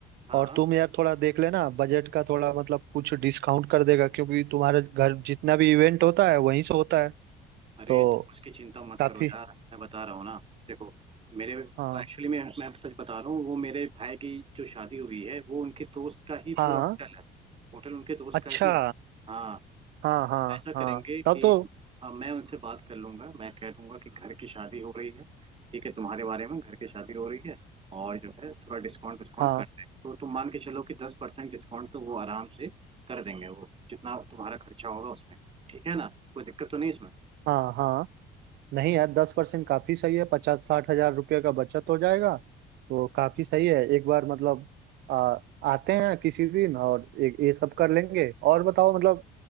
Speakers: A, on the right; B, on the right.
A: हाँ
B: और
A: हाँ
B: तुम यार थोड़ा देख लेना बजट का थोड़ा मतलब कुछ डिस्काउंट कर देगा क्योंकि तुम्हारे घर जितना भी इवेंट होता है वहीं से होता है
A: अरे
B: तो
A: तुम उसकी चिंता मत
B: काफी
A: करो यार मैं बता रहा हूँ ना देखो मेरे
B: हाँ
A: एक्चुअली मैं मैं सच बता रहा हूँ वो मेरे भाई की जो शादी हुई है वो उनके दोस्त का ही
B: हाँ
A: पूरा होटल है होटल उनके दोस्त
B: अच्छा
A: का ही है हाँ
B: हाँ हाँ
A: तो ऐसा
B: हाँ
A: करेंगे
B: तब
A: कि
B: तो
A: हाँ, मैं उनसे बात कर लूंगा मैं कह दूंगा कि घर की शादी हो रही है ठीक है तुम्हारे बारे में घर की शादी हो रही है और जो है थोड़ा डिस्काउंट विस्काउंट
B: हाँ
A: करते हैं तो तुम मान के चलो कि दस परसेंट डिस्काउंट तो वो आराम से कर देंगे वो जितना तुम्हारा खर्चा होगा उसमें ठीक है ना कोई दिक्कत तो नहीं इसमें
B: हाँ हाँ नहीं यार दस परसेंट काफी सही है पचास साठ हजार रुपये का बचत हो जाएगा तो काफी सही है एक बार मतलब आ, आते हैं किसी दिन और एक ये सब कर लेंगे और बताओ मतलब